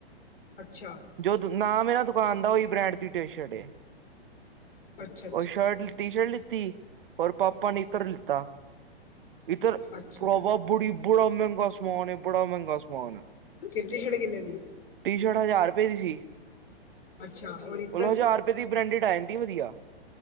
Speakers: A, on the left; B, on the right.
A: ਅੱਛਾ।
B: ਜੋ ਦ ਨਾਮ ਏ ਨਾ ਦੁਕਾਨ ਦਾ ਉਹੀ ਬ੍ਰੈਂਡ ਦੀ ਟੀ ਸ਼ਰਟ ਐ,
A: ਅੱਛਾ
B: ਔਰ ਸ਼ਰਟ ਟੀ ਸ਼ਰਟ ਲਿੱਤੀ। ਔਰ ਪਾਪਾ ਨੇ ਇਤੱਰ ਲਿੱਤਾ। ਇੱਧਰ
A: ਅੱਛਾ ਅੱਛਾ
B: ਭਰਾਵਾ ਬੜੀ ਬੜਾ ਮਹਿੰਗਾ ਸਮਾਨ ਏ, ਬੜਾ ਮਹਿੰਗਾ ਸਮਾਨ
A: ਤੇਰੀ ਟੀ ਸ਼ਰਟ ਕਿਨੇ ਦੀ ਏ?
B: ਟੀ ਸ਼ਰਟ ਹਜ਼ਾਰ ਰੁਪਏ ਦੀ ਸੀ।
A: ਅੱਛਾ ਔਰ ਇਤਰ?
B: ਮਤਲਬ ਹਜ਼ਾਰ ਦੀ ਬ੍ਰਾਂਡੇਡ ਆ ਜਾਂਦੀ ਵਧੀਆ।